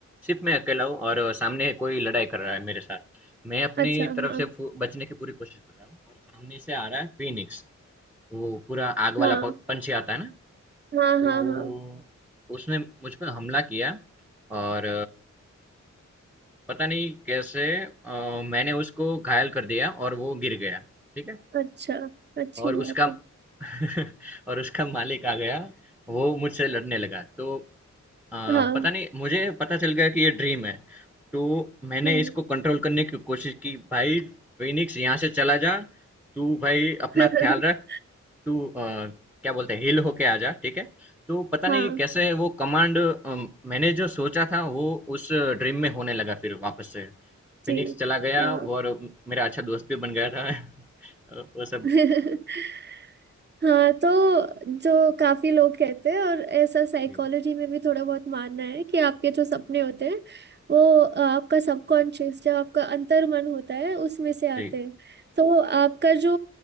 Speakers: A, in the centre; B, on the right.
A: सिर्फ मैं अकेला हूँ और सामने कोई लड़ाई कर रहा है मेरे साथ। मैं अपनी
B: अच्छा
A: तरफ
B: हाँ
A: से फु- बचने की पूरी कोशिश कर रहा हूँ और सामने से आ रहा है फीनिक्स। वो पूरा आग
B: हाँ
A: वाला प- पंछी आता है ना,
B: हाँ
A: तो
B: हाँ हाँ
A: उसने मुझ पर हमला किया और पता नहीं कैसे अ, मैंने उसको घायल कर दिया और वो गिर गया ठीक है
B: अच्छा अच्छी
A: और
B: बात
A: उसका <laughs>
B: है
A: और उसका मालिक आ गया वो मुझसे लड़ने लगा तो अ,
B: <laughs> हाँ
A: पता नहीं मुझे पता चल गया कि ये ड्रीम है तो मैंने
B: हम्म
A: इसको कंट्रोल करने की कोशिश की भाई फिनिक्स यहाँ से चला जा तू भाई
B: <laughs>
A: अपना ख्याल रख तू अ, क्या बोलते हैं हिल होके आ जा ठीक है तो पता
B: हाँ
A: नहीं कैसे वो कमांड मैंने जो सोचा था वो उस ड्रीम में होने लगा फिर वापस से
B: जी
A: फ़िनिक्स चला गया
B: हाँ
A: और मेरा अच्छा दोस्त भी बन गया था। <laughs> अ, वो सब
B: <laughs> हाँ तो जो काफी लोग कहते हैं और ऐसा साइकोलॉजी
A: जी,
B: में भी थोड़ा बहुत मानना है कि आपके जो सपने होते हैं वो अ, आपका सबकॉन्शियस जब आपका अंतर्मन होता है उसमें से आते
A: जी,
B: हैं तो आपका जो